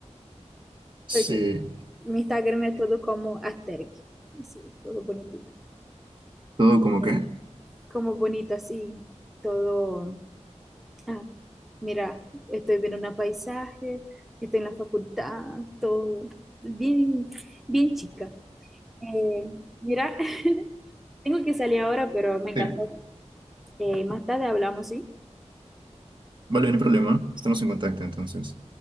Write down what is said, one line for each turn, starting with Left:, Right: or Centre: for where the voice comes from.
Right: Sí,
Centre: soy yo. Mi Instagram es todo como asterix, así, todo bonitito.
Right: todo como que.
Centre: Eh, Como bonito así, todo. Ah, mira, estoy viendo un paisaje, estoy en la facultad, todo. Bien, bien chica. Eh, mira, <laughs> tengo que salir ahora, pero me encantó.
Right: Sí.
Centre: Eh, más tarde hablamos, ¿sí?
Right: Vale, no hay problema. Estamos en contacto entonces.